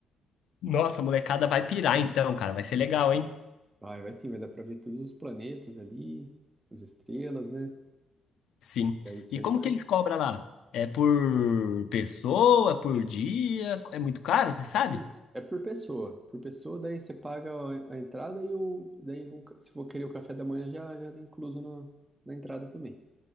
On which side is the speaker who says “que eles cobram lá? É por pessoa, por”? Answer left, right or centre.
Left